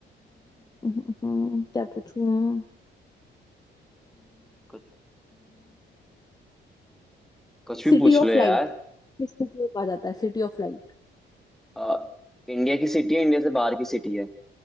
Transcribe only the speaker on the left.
क्या पूछूं
सिटी
ऑफ
लाइट किस सिटी को कहा जाता है सिटी ऑफ लाइट